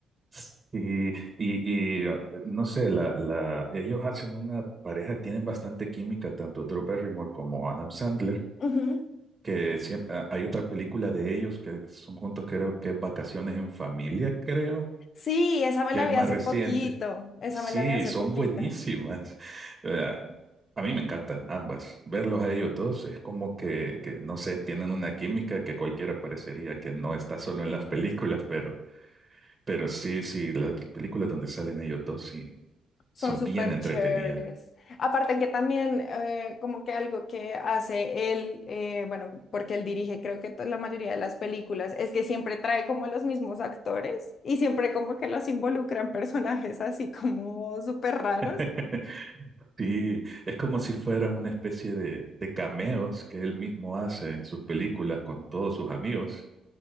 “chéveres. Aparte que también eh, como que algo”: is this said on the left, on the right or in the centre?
Left